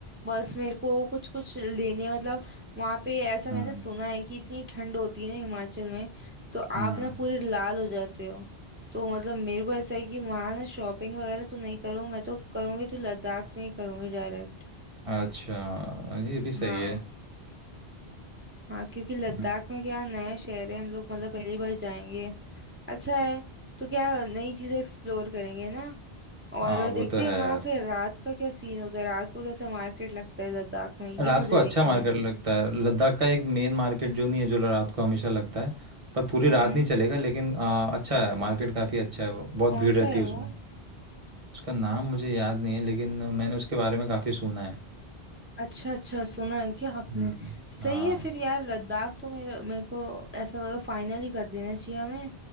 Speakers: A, on the right; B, on the right.
A: बस मेरे को कुछ कुछ लेने मतलब वहाँ पे ऐसा
B: हम्म
A: मैंने सुना है कि इतनी ठंड होती है ना हिमाचल में तो
B: हम्म
A: आप ना पूरे लाल हो जाते हो तो मतलब मेरे को ऐसा है कि वहाँ ना शॉपिंग वगैरह तो नहीं करूँ मैं तो करूँगी तो लद्दाख में ही करूँगी डायरेक्ट
B: अच्छा ये भी सही
A: हाँ
B: है
A: हाँ क्योंकि लद्दाख
B: हम्म,
A: में क्या नया शहर है हम लोग मतलब पहली बार जाएंगे अच्छा है तो क्या नई चीज़ें एक्सप्लोर करेंगे ना और
B: हाँ वो
A: देखते
B: तो है
A: हैं वहां
B: यार
A: के रात का क्या सीन होता है रात को कैसा मार्केट लगता है लद्दाख में ये
B: रात
A: मुझे
B: को अच्छा
A: देखना
B: मार्केट
A: है
B: लगता है लद्दाख का एक मेन मार्केट जो नहीं है जो रात को हमेशा लगता है पर पूरी
A: हम्म
B: रात नहीं चलेगा लेकिन आ, अच्छा है मार्केट काफ़ी अच्छा है वो बहुत
A: कौन
B: भीड़ रहती
A: सा है
B: है
A: वो
B: उसमें उसका नाम मुझे याद नहीं है लेकिन मैंने उसके बारे में काफ़ी सुना है
A: अच्छा अच्छा सुना है क्या आपने
B: हम्म
A: सही
B: हाँ
A: है फिर यार लद्दाख तो मेरे मेरे को ऐसा लगा फाइनल ही कर देना चाहिए हमें